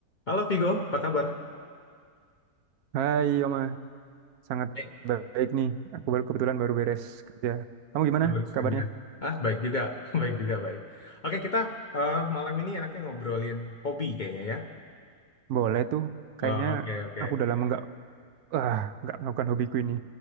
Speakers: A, on the left (about 45°); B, on the right (about 80°).
A: Halo Vigo, apa kabar?
B: Hai Yoma, sangat
A: Eh,
B: baik nih. Aku baru kebetulan baru beres kerja. Kamu gimana
A: gua baru
B: kabarnya?
A: kerja. Ah, baik juga, <laughs> baik juga, baik. Oke, kita eh, malam ini enaknya ngobrolin hobi kayaknya ya.
B: Boleh tuh. Kayaknya
A: Eh, Oke, oke.
B: aku udah lama nggak ah nggak melakukan hobiku ini.